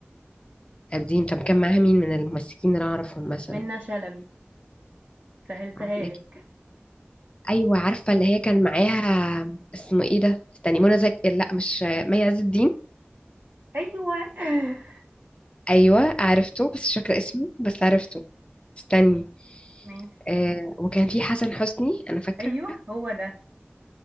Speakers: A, on the left; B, on the right.
A: قديم طب كان معاها مين من الممثلين اللي أنا اعرفهم مثلا
B: منة شلبي، سهلتها
A: عبلة
B: لِك،
A: كامل ايوه عارفة اللي هي كان معاها اسمه ايه ده استني منى زكي لا مش مي عز الدين
B: أيوه، <laughs>
A: ايوه عرفته بس مش فاكره اسمه بس عرفته استني
B: ماشي،
A: آه وكان في حسن حسني انا فاكره
B: أيوه هو ده،